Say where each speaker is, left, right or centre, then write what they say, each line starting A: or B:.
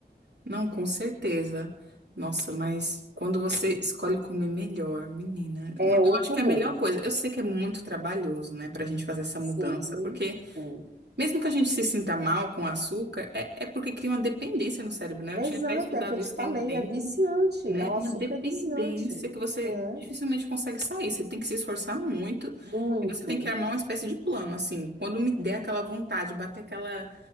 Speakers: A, on the right (about 85°); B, on the right (about 65°).
A: Não, com certeza. Nossa, mas quando você escolhe comer melhor, menina,
B: É
A: no-
B: outro
A: eu acho que
B: humor.
A: é a melhor coisa. Eu sei que é muito trabalhoso, né, pra gente fazer essa
B: Sim,
A: mudança, porque
B: sim.
A: mesmo que a gente se sinta mal com o açúcar, é, é porque cria uma dependência no cérebro, né?
B: Exato,
A: Eu tinha até estudado
B: é o que eu te
A: isso
B: falei,
A: tem um tempo
B: é viciante.
A: né?
B: O açúcar
A: Uma dependência
B: é viciante.
A: que você
B: É,
A: dificilmente consegue sair. Você tem que se esforçar muito
B: muito.
A: e você tem que armar uma espécie de plano, assim. Quando me der aquela vontade, bater aquela